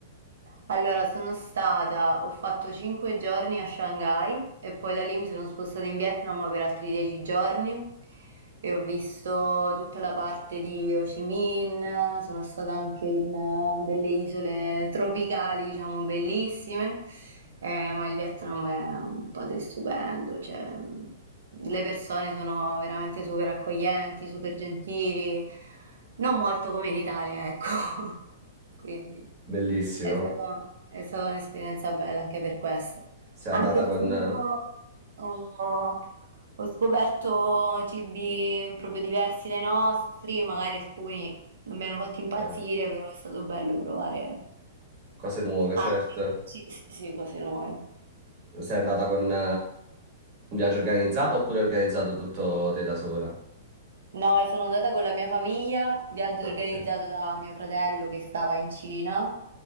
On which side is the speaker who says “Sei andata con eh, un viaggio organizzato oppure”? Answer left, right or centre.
Right